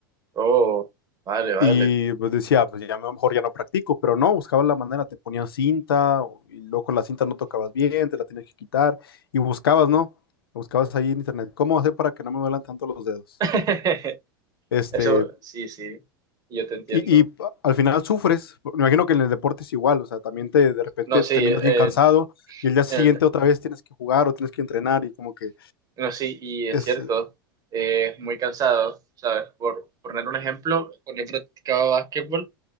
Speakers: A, on the right (about 30°); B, on the left (about 85°).
A: Oh, vale, vale.
B: y pues decía, pues ya mejor ya no practico, pero no, buscaba la manera, te ponían cinta o- y luego con la cinta no tocabas bien, te la tenías que quitar y buscabas, ¿no? Buscabas ahí en internet, ¿cómo hacer para que no me duelan tanto los dedos?
A: <laughs>
B: Este,
A: Eso, sí, sí, yo te entiendo.
B: y, y a- al final sufres, me imagino que en el deporte es igual, o sea, también te de repente
A: No, sí,
B: terminas
A: eh,
B: bien cansado y el día siguiente
A: el-
B: otra vez tienes que jugar o tienes que entrenar y como que
A: no, sí, y es
B: es,
A: cierto, eh, es muy cansado, ¿sabes? Por poner un ejemplo, cuando he practicado básquetbol,